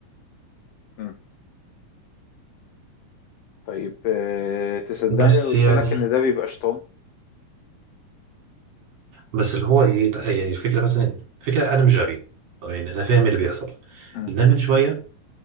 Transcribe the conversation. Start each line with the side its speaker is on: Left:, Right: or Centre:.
Left: مم. طيب آه، تصدقني
Right: بس
Left: لو قلت
Right: يعني
Left: لك إن ده بيبقى شيطان
Right: بس اللي هو ايه لا، يعني الفكره مثلا الفكره انا مش غبي أو يعني انا فاهم اللي بيحصل
Left: مم.
Right: لان من شويه